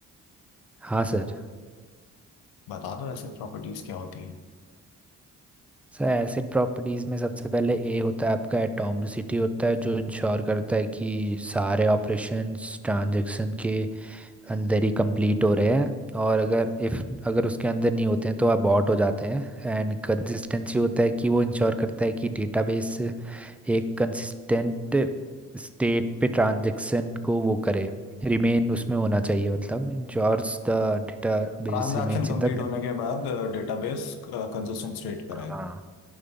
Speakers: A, in the centre; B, on the left (about 85°).
A: हाँ सर
B: बता दो एसेट प्रॉपर्टीज क्या होती है
A: सर एसिड प्रॉपर्टीज में सबसे पहले ए होता है आपका एटॉमिसिटी होता है जो इंश्योर करता है कि सारे ऑपरेशंस ट्रांजैक्शन के अंदर ही कंप्लीट हो रहे हैं और अगर इफ अगर उसके अंदर नहीं होते हैं तो अबॉर्ट हो जाते हैं एंड कंसिस्टेंसी होता है कि वो इंश्योर करता है कि डेटाबेस एक कंसिस्टेंट स्टेट पे ट्रांजैक्शन को वो करे रिमेन उसमें होना चाहिए मतलब ensures the database
B: ट्रांजैक्शन
A: remains
B: कंप्लीट
A: in the
B: होने के बाद डेटाबेस कंसिस्टेंट स्टेट कराए
A: हाँ